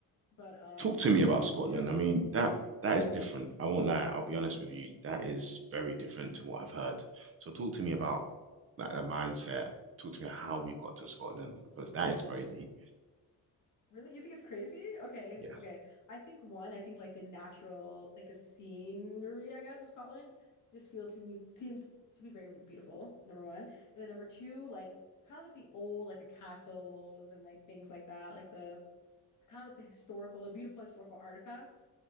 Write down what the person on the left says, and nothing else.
But um
yeah.
Really? You think it's crazy? Okay,
okay. I think one, I think like the natural, like the scenery, I guess, of Scotland just feels to me seems to be very beautiful, number one. And then number two, like kind of like the old, like the castles and like things like that, like the kind of like the historical, the beautiful historical artifacts,